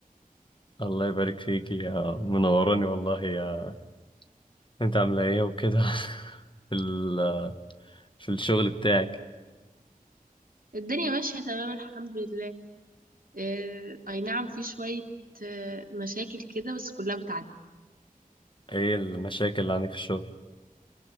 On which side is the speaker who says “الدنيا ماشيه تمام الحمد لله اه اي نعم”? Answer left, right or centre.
Right